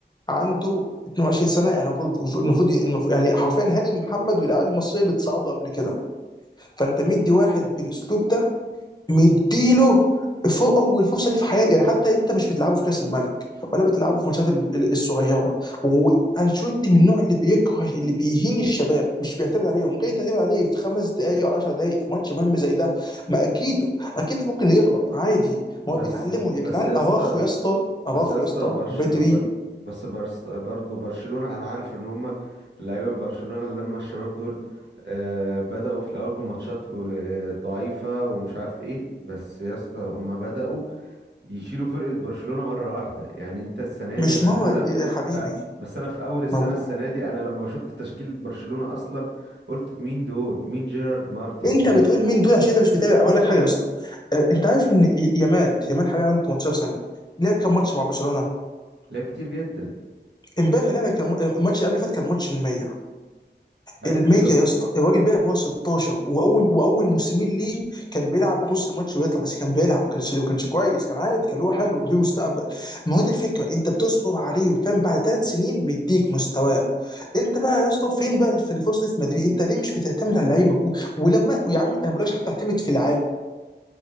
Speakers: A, on the left; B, on the right.
A: عنده 22 سنه يعني المفروض المفروض المفروض- يعني حرفيا هاني محمد والعيال المصريه بتصعدوا قبل كده فانت مدي واحد بالاسلوب ده مديله فوق اول فرصه ليه في حياتي يعني حتى انت مش بتلعبه في كاس الملك ولا بتلعبه في الماتشات ال- ال- الصغيره وانشيلوتي من النوع اللي بيكره اللي بيهين الشباب مش بيعتمد عليهم جاي تعتمد عليه في خمس دقائق او 10 دقائق في ماتش مهم زي ده ما اكيد اكيد ممكن يغلط عادي
B: بس
A: ما هو بيتعلمه يا
B: بس
A: جدعان
B: يا
A: اراخو
B: اسطى
A: يا اسطى اراخو
B: بس يا اسطى
A: يا اسطى
B: برشلونة
A: وبدري
B: بس برس برضه برشلونة انا عارف ان هما لعيبة برشلونة اللي هم الشباب دول آه بدأوا في الاول بماتشات قل- ضعيفة ومش عارف ايه بس يا اسطى هما بدأوا يشيلوا فرقة برشلونة مرة واحدة يعني انت السنة
A: مش
B: دي انا
A: ما
B: اساسا
A: يا حبيبي
B: ف... بس انا في اول السنة
A: ما هو
B: السنة دي انا لما شفت تشكيلة برشلونة اصلا قلت مين دول مين جيرارد مارتن
A: انت
B: ده
A: بتقول مين دول عشان انت مش متابع اقول لك حاجه يا اسطى آه، انت عارف ان ي- يامال يامال حاليا عنده 18 سنه لعب كام ماتش مع برشلونه
B: لعيب كتير جدا
A: امبارح لعبه كان الماتش اللي قبل اللي فات كان ماتش ال100
B: ايوه
A: ال100
B: بالظبط
A: يا اسطى الراجل بيلعب وهو 16 واول واول موسمين ليه كان بيلعب نص الماتش ويطلع بس كان بيلعب ما كانش ما كانش كويس كان عادي كان هو حلو وفيه مستقبل ما هو دي الفكره انت بتصبر عليه فاهم بعد ثلاث سنين بيديك مستواه انت بقى يا اسطى فين بقى في الفرصه دي في مدريد انت ليه مش بتعتمد على اللعيبه و- ولما يا عم انا ما بقولكش حتى اعتمد في العادي